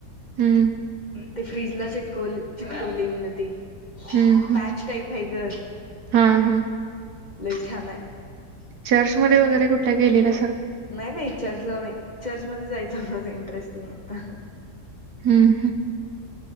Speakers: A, on the right; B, on the left.
A: हम्म
B: ते फ्रीजला चिटकवले चिटकवले मी न ते.
A: हम्म हम्म
B: पॅच टाईप हाय ग
A: हा हा
B: लय छानाय.
A: चर्चमध्येध्ये वगैरे कुठल्या गेलेल्या.
B: नाही बाई चर्चला नाही चर्चमध्येध्ये जायचं माझा इंटरेस्ट न्हवता.
A: हम्म हम्म.